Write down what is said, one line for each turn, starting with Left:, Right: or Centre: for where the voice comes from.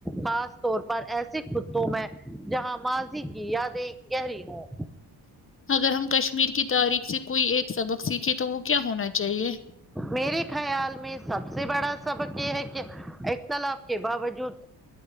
Centre: خاص طور پر ایسے خطوں میں جہاں ماضی کی یادیں گہری ہوں
Left: اگر ہم کشمیر کی تاریخ سے کوئی ایک سبق سیکھیں تو وہ کیا ہونا چاہیے
Centre: میرے خیال میں سب سے بڑا سبق یہ ہے کہ اخ تلاف کے باوجود